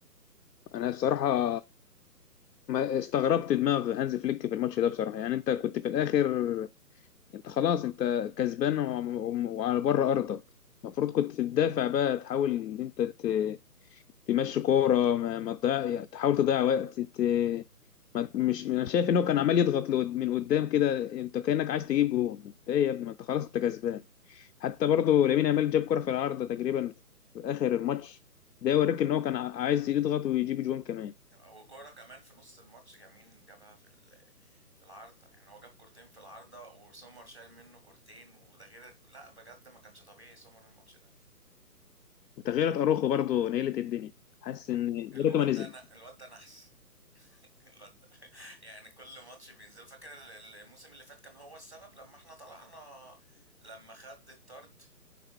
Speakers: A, on the left; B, on the right.
A: انا بصراحه ما استغربت دماغ هانز فليك في الماتش ده بصراحه يعني انت كنت في الاخر انت خلاص انت كسبان وعم- وعم- وعلى بره ارضك المفروض كنت تدافع بقى تحاول ان انت ت- تمشي كوره ما, ما تضيع يعني تحاول تضيع وقت ت... ما مش انا شايف ان هو كان عمال يضغط لقد- من قدام كده انت كانك عايز تجيب جون انت ايه يا ابني ما انت خلاص انت كسبان حتى برضه لامين يامال جاب كره في العارضه تقريبا في اخر الماتش ده يوريك ان هو كان ع- عايز يضغط ويجيب جون كمان
B: وكوره كمان في نص الماتش جميل جابها في ال- في العارضه يعني هو جاب كورتين في العارضه وسومر شايل منه كورتين وده غير الك- لا بجد ما كانش طبيعي سومر الماتش ده
A: وتغييرات اروخو برضه نيلت الدنيا حاسس ان يا
B: الواد
A: ريته ما نزل
B: ده ن- الواد ده نحس <laughs> الواد ده <laughs> يعني كل ماتش بينزل فاكر ال- ال- الموسم اللي فات كان هو السبب لما احنا طلعنا لما خد الطرد